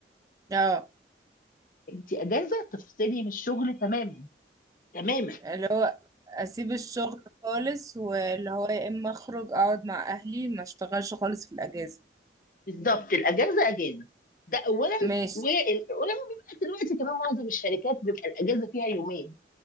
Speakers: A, on the right; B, on the left.
A: اه
B: انت اجازه تفصلي من الشغل تماما تماما
A: اللي هو اسيب الشغل خالص واللي هو يا اما اخرج اقعد مع اهلي ما اشتغلش خالص في الاجازه
B: بالظبط الاجازه اجازه ده اولا
A: ماشي
B: وال- ولما بيبقى دلوقتي كمان معظم الشركات بيبقى الاجازه فيها يومين